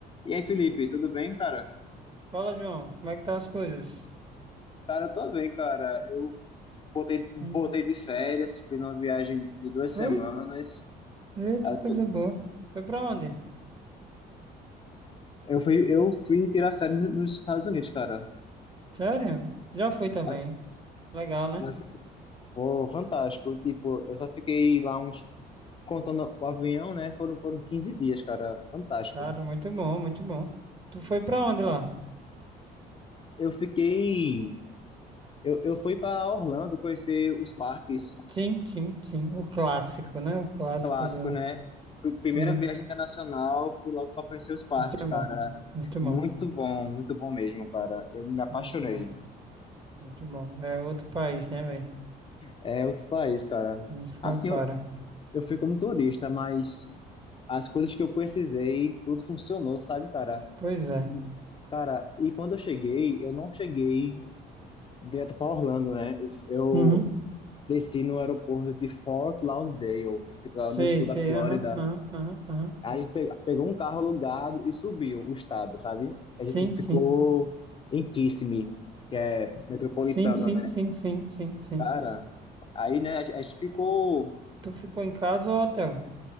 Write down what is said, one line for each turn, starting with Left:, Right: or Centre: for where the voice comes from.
Left: E aí, Felipe, tudo bem, cara?
Right: Fala, João. Como é que tá as coisas?
Left: Cara, eu tô bem, cara. Eu botei, botei
Right: Hum,
Left: de férias, fiz uma viagem de duas
Right: Foi?
Left: semanas.
Right: Eita,
Left: Eu,
Right: coisa
Left: tô-
Right: boa. Foi pra onde?
Left: eu fui, eu fui tirar férias no- nos Estados Unidos, cara.
Right: Sério? Já fui também.
Left: Mas,
Right: Legal, né?
Left: mas, pô, fantástico. Tipo, eu só fiquei lá uns, contando o avião, né? Foram, foram 15 dias, cara. Fantástico.
Right: Cara, muito bom, muito bom. Tu foi pra onde lá?
Left: Eu fiquei, eu, eu fui pra Orlando conhecer os parques.
Right: Sim, sim, sim. O clássico, né? O clássico
Left: Clássico,
Right: do...
Left: né? P- Primeira
Right: Sim.
Left: viagem internacional, fui logo para conhecer os parques,
Right: Muito
Left: cara.
Right: bom. Muito
Left: Muito
Right: bom.
Left: bom, muito bom mesmo, cara. Eu me apaixonei.
Right: Muito bom. Muito bom. É outro país, né, velho?
Left: É outro país, cara.
Right: Não se compara.
Left: Assim, eu, eu fui como turista, mas as coisas que eu precisei, tudo funcionou, sabe, cara?
Right: Pois é.
Left: E- Cara, e quando eu cheguei, eu não cheguei direto para Orlando, né? Eu, eu
Right: Uhum.
Left: desci no aeroporto de Fort Lauderdale, que fica lá
Right: Sei,
Left: no sul
Right: sei.
Left: da Flórida.
Right: Aham, aham, aham, aham.
Left: A gente pe- pegou um carro alugado e subiu o estado, sabe? A gente
Right: Sim,
Left: ficou
Right: sim.
Left: em Kissimmee, que é metropolitana,
Right: Sim, sim,
Left: né?
Right: sim, sim, sim, sim.
Left: Cara, aí, né, a gente a gente ficou,
Right: Tu ficou em casa ou hotel?